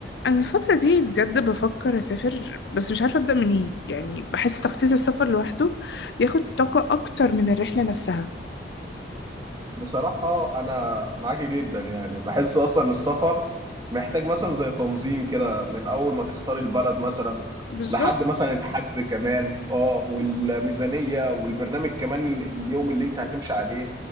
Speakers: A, on the left; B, on the right.
A: انا الفتره دي بجد بفكر اسافر بس مش عارفه ابدا منين يعني بحس تخطيط السفر لوحده بياخد طاقه اكتر من الرحله نفسها
B: بصراحة أنا معاكي جدا يعني بحس أصلا السفر محتاج مثلا زي تنظيم كده من أول ما تختاري البلد مثلا
A: بالظبط
B: لحد مثلا الحجز كمان اه والميزانية والبرنامج كمان اليوم اللي أنت هتمشي عليه